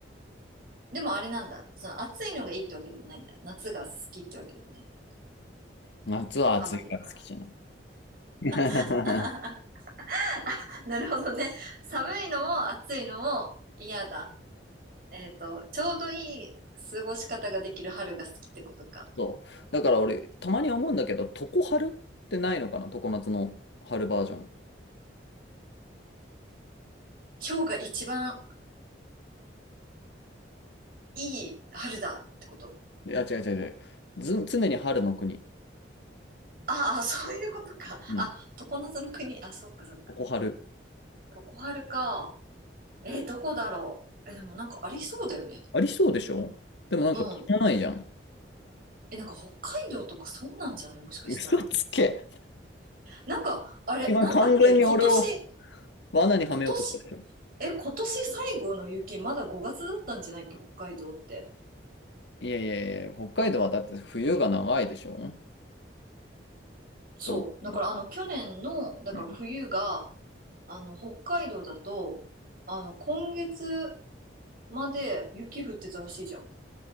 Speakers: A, on the right; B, on the left.
A: ー、でもあれなんだ。その暑いのがいいってわけでもないんだ。夏が好きってわけでもないんだ。
B: 夏は暑いから好きじゃない。
A: 寒いから。
B: <laughs>
A: <laughs> なるほどね。寒いのも暑いのも嫌だ。えっと、ちょうどいい過ごし方ができる春が好きってことか。
B: そう。だから俺、たまに思うんだけど、常春ってないのかな常夏の春バージョン。
A: 今日が一番いい春だってこと。
B: いや、違う違う違う。ず、常に春の国。
A: ああ、そういうことか。
B: うん。
A: あ、常夏の国。あ、そっかそっか。
B: 常春。
A: 常春か。えーどこだろう。え、でもなんかありそうだよね。
B: ありそうでしょでもなんか汚いじゃん。
A: うん。え、なんか北海道とかそうなんじゃないもしかしたら。
B: 嘘つけ。
A: なんか、あれ、
B: 今完全に俺を
A: なんだっけ今年、
B: 罠にはめようとしたでしょ。
A: 今年、え、今年最後の雪、まだ5月だったんじゃないっけ、北海道って。
B: いやいやいや、北海道はだって冬が長いでしょ
A: そう。
B: どう考えても
A: だから、あの、去年の、だから冬が、
B: うん。
A: あの、北海道だと、あの、今月まで雪降ってたらしいじゃん。